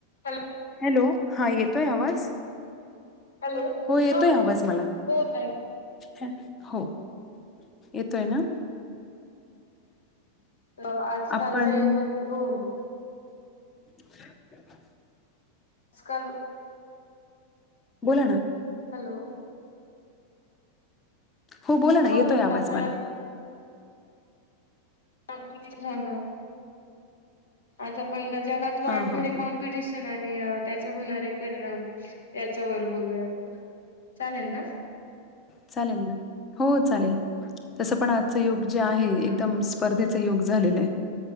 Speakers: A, on the left (about 65°); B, on the left (about 25°).
A: Hello...
B: hello हा येतोय आवाज...
A: हॅलो
B: हो येतोय
A: हा
B: आवाज मला...
A: हो ताई
B: हा हो येतोय आवाज...
A: तर आज
B: आपण
A: कालच्या युगात हो हो...
B: तिकडच...
A: आजकाल...
B: बोला ना...
A: हॅलो...
B: हो बोला ना
A: हा
B: येतोय
A: म्हटलं
B: आवाज
A: आपण
B: मला...
A: कोणता विषय आहे आज... आज आपण जगात वाढणारी
B: हां हां हां
A: कॉम्पिटिशन... आणि त्याचे होणारे परिणाम त्याच्यावर बोलूयात... चालेल ना...
B: चालेल ना हो चालेल तस पण आजचं युग... जे आहे
A: हा
B: एकदम
A: हा
B: स्पर्धेच युग झालेलं आहे...